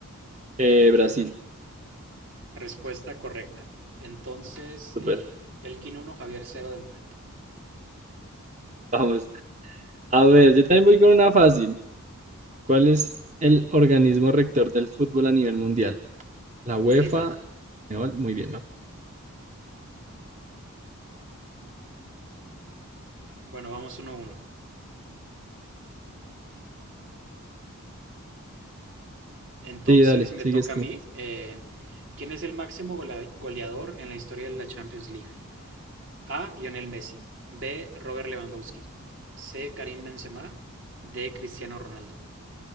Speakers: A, on the right (about 30°); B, on the right (about 55°).
A: Eh, Brasil.
B: Respuesta correcta. Entonces,
A: Super.
B: eh, Elkin uno, Javier cero de momento.
A: Vamos. A ver, yo también voy con una fácil. ¿Cuál es el organismo rector del fútbol a nivel mundial? La UEFA.
B: FIFA.
A: No, Muy bien. ¿no?
B: Bueno, vamos uno a uno. Entonces
A: Sí, dale,
B: me
A: sigues
B: toca
A: tú.
B: a mí. Eh, ¿Quién es el máximo gola- goleador en la historia de la Champions League? A. Lionel Messi. B. Robert Lewandowski. C. Karim Benzema. D. Cristiano Ronaldo.